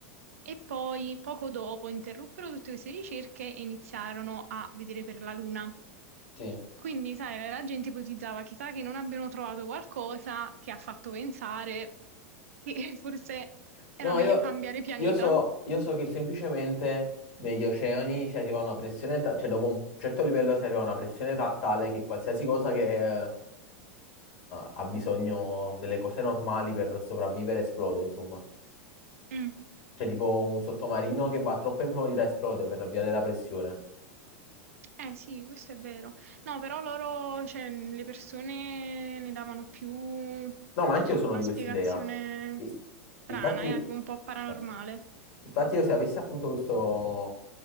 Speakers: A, on the right; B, on the left.
A: E poi, poco dopo, interruppero tutte queste ricerche e iniziarono a vedere per la Luna.
B: Sì.
A: Quindi, sai, la la gente ipotizzava, chissà che non abbiano trovato qualcosa che ha fatto pensare che <laughs> forse
B: No,
A: era meglio
B: io,
A: cambiare pianeta.
B: io so, io so che semplicemente negli oceani si arriva a una pressione, ta- cioè dopo un certo livello si arriva a una pressione ta- tale che qualsiasi cosa che eh, eh, ha bisogno delle cose normali per sopravvivere esplode, insomma.
A: Mm.
B: Cioè tipo un sottomarino che va troppo in profondità esplode per la via della pressione.
A: Eh sì, questo è vero. No, però loro, cioè, le persone ne davano più una
B: No, ma anch'io sono di quest'idea.
A: spiegazione
B: I-
A: strana,
B: Infatti,
A: era tipo un po' paranormale.
B: no. infatti io se avessi appunto questo,